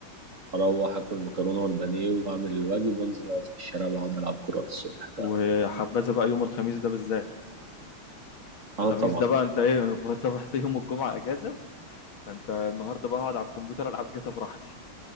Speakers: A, on the right; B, on the left.
A: واروح اكل مكرونه والبانيه واعمل الواجب وانزل اقعد في الشارع بقعد العب كوره للصبح
B: وحبذا
A: فاهم
B: بقى يوم الخميس ده بالذات
A: اه
B: الخميس
A: طبعا
B: ده بقى أنت إيه <laughs> صبحت يوم الجمعة أجازة فأنت النهاردة بقى أقعد على الكمبيوتر ألعب جاتا براحتي